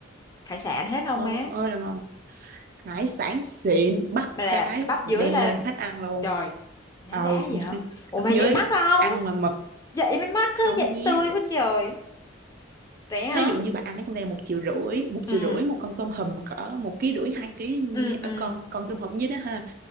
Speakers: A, on the left; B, on the right.
A: hải sản hết không
B: Ngon
A: má?
B: ơi là ngon. Hải sản xịn bắt
A: Bà là
B: cái
A: bắt dưới
B: đem
A: lên.
B: lên khách ăn luôn.
A: Trời, má
B: Ờ
A: đã
B: <laughs>
A: vậy. Ủa
B: ở
A: mà
B: dưới
A: vậy mắc không?
B: ăn mà mực
A: vậy mới mắc á
B: không
A: vậy
B: nhé.
A: tươi quá trời rẻ hả
B: Ví dụ như bạn ăn ở trong đây một triệu rưỡi, một
A: ừ
B: triệu rưỡi một con tôm hùm cỡ một ký rưỡi hai ký đi nha.
A: ừ ừ
B: Ở con con tôm hùm dưới đó ha